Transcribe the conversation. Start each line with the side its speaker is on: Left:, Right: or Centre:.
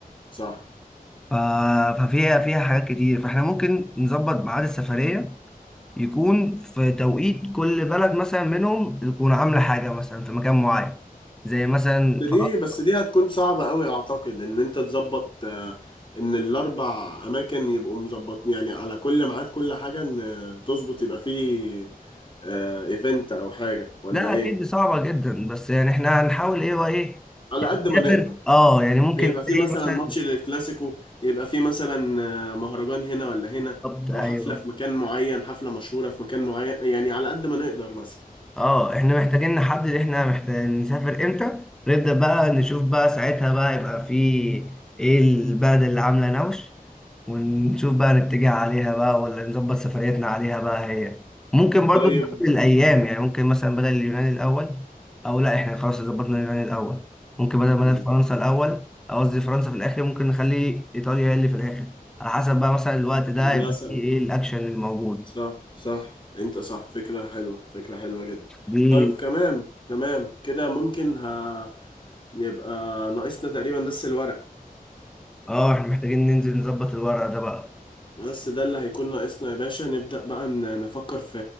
Left: صح
Centre: ف- ففيها فيها حاجات كتير فاحنا ممكن نظبط ميعاد السفرية يكون في توقيت كل بلد مثلا منهم تكون عاملة حاجة مثلا في مكان معين زي مثلا
Left: دي
Centre: فرنسا
Left: بس دي هتكون صعبة قوي اعتقد ان انت تظبط آه، ان الاربع اماكن يبقوا مظبط يعني على كل ميعاد كل حاجة ان آه، تظبط يبقى فيه ايفنت او حاجة ولا
Centre: ده
Left: ايه
Centre: أكيد صعبة جدا بس يعني احنا هنحاول ايه وايه
Left: على قد ما
Centre: نسافر
Left: نقدر
Centre: اه يعني ممكن
Left: يبقى فيه
Centre: زي
Left: مثلا
Centre: مثلا
Left: ماتش للكلاسيكو يبقى فيه مثلا آه، مهرجان هنا ولا هنا
Centre: بالظبط ايوه
Left: او حفلة في مكان معين حفلة مشهورة في مكان معين يعني على قد ما نقدر مثلا
Centre: اه احنا محتاجين نحدد احنا محتاجين نسافر امتى نبدأ بقى نشوف بقى ساعتها بقى يبقى في ايه البلد اللي عاملة نوش ونشوف بقى نتجه عليها بقى ولا نظبط سفريتنا عليها بقى هي ممكن برضو
Left: طيب
Centre: نقابل الايام يعني ممكن مثلا بدل اليونان الاول او لا احنا خلاص ظبطنا اليونان الاول ممكن بدل بدل
Left: مم.
Centre: فرنسا الاول او قصدي فرنسا في الاخر ممكن نخلي ايطاليا هي اللي في الاخر على حسب بقى مثلا الوقت ده
Left: مثلا
Centre: يبقى فيه ايه الاكشن الموجود
Left: صح صح انت صح فكرة حلوة فكرة حلوة جدا
Centre: دي
Left: طيب تمام تمام كده ممكن ها يبقى ناقصنا تقريبا بس الورق
Centre: اه احنا محتاجين ننزل نظبط الورق ده بقى
Left: بس ده اللي هيكون ناقصنا يا باشا نبدأ بقى ن- نفكر في